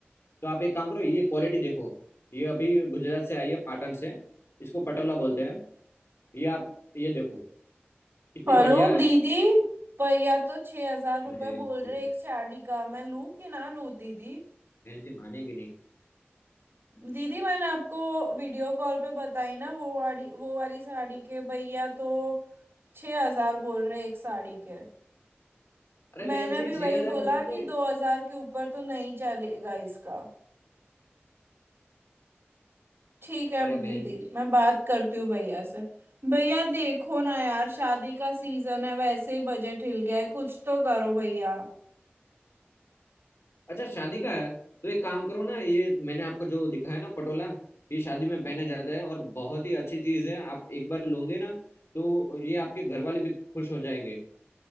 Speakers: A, on the left; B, on the right.
A: तो आप एक काम करो ये क्वालिटी देखो ये अभी गुजरात से आई है पाटन से इसको पटोला बोलते हैं ये आप ये देखो कितनी
B: हेलो
A: बढ़िया है
B: दीदी भैया तो छह हजार रुपये
A: अरे
B: बोल रहे
A: ये
B: एक साड़ी का मैं लूं कि ना लूं दीदी
A: बहन जी मानेगी नहीं
B: दीदी मैंने आपको वीडियो कॉल पे बताई ना वो वाली वो वाली साड़ी के भैया तो छह हजार बोल रहे एक साड़ी के
A: अरे
B: मैंने
A: बहन जी
B: भी वही
A: छह हजार
B: बोला
A: ही होंगे।
B: कि दो हजार के ऊपर तो नहीं चलेगा इसका ठीक है
A: अरे
B: दीदी
A: बहन
B: मैं बात करती हूँ भैया से भैया देखो ना यार शादी का सीजन है वैसे ही बजट हिल गया है कुछ तो करो भैया
A: अच्छा शादी का है तो एक काम करो ना ये मैंने आपको जो दिखाया ना पटोला ये शादी में पहना जाता है और बहुत ही अच्छी चीज है आप एक बार लोगे ना तो ये आपके घर वाले भी खुश हो जाएंगे